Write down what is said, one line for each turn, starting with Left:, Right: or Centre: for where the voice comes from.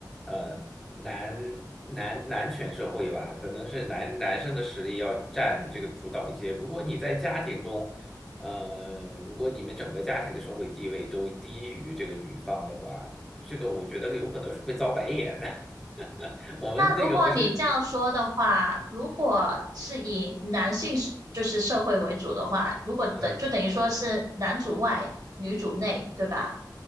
Centre: 呃男男男权社会吧，可能是男男生的实力要占这个主导一些。如果你在家庭中，呃，如果你们整个家庭的社会地位都低于这个女方的话，这个我觉得有可能是会遭白眼的。<laughs> 我们那个不是，
Right: 那如果你这样说的话，如果是以男性是就是社会为主的话，如果等就等于说是男主外女主内，
Centre: 嗯，
Right: 对吧？